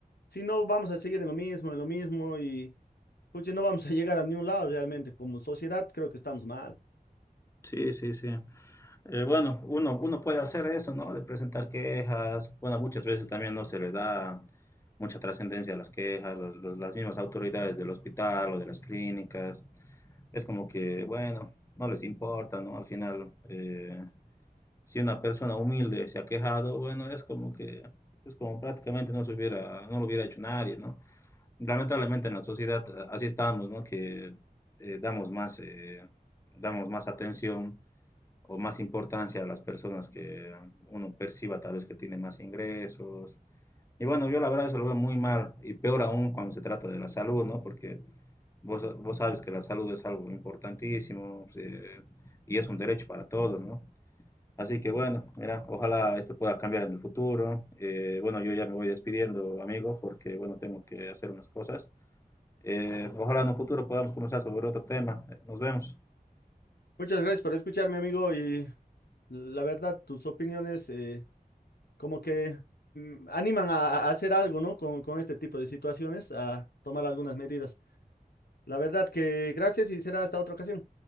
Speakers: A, on the left; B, on the left.
A: Si no, vamos a seguir en lo mismo, en lo mismo y, pucha, no vamos a llegar a ningún lado realmente. Como sociedad, creo que estamos mal.
B: Sí, sí, sí. Eh, bueno, uno, uno puede hacer eso, ¿no? De presentar quejas. Bueno, muchas veces también no se le da mucha trascendencia a las quejas, los- los- las mismas autoridades del hospital o de las clínicas. Es como que, bueno, no les importa, ¿no? Al final, eh, si una persona humilde se ha quejado, bueno, es como que, es como prácticamente no se hubiera, no lo hubiera hecho nadie, ¿no? Lamentablemente en la sociedad eh, así estamos, ¿no? Que eh, damos más, eh, damos más atención o más importancia a las personas que uno perciba tal vez que tiene más ingresos. Y bueno, yo la verdad eso lo veo muy mal y peor aún cuando se trata de la salud, ¿no? Porque vos, vos sabes que la salud es algo importantísimo eh, y es un derecho para todos, ¿no? Así que bueno, mira, ojalá esto pueda cambiar en el futuro. Eh, bueno, yo ya me voy despidiendo, amigo, porque bueno, tengo que hacer unas cosas. Eh, ojalá en un futuro podamos conversar sobre otro tema. Nos vemos.
A: Muchas gracias por escucharme, amigo, y la verdad, tus opiniones, eh, como que mm, animan a, a hacer algo, ¿no? Con, con este tipo de situaciones, a tomar algunas medidas. La verdad que gracias y será hasta otra ocasión.